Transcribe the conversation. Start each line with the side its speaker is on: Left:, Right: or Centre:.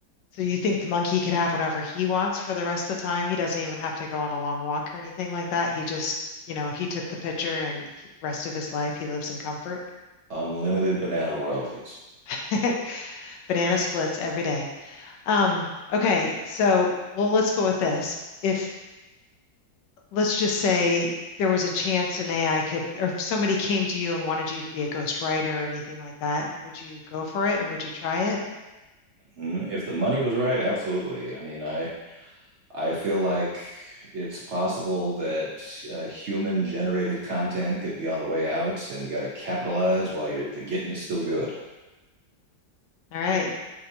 Left: So you think the monkey could have whatever he wants for the rest of the time? He doesn't even have to go on a long walk or anything like that. He just, you know, he took the picture and he, rest of his life he lives in comfort.
Right: unlimited banana royalties.
Left: <laughs> Banana splits every day. Um, okay, so well, let's go with this. If let's just say there was a chance an AI could, or if somebody came to you and wanted you to be a ghostwriter or anything like that, would you go for it and would you try it?
Right: Mm, If the money was right, absolutely. I mean, I I feel like it's possible that uh, human generated content could be on the way out, and you got to capitalize while you're the getting is still good.
Left: All right.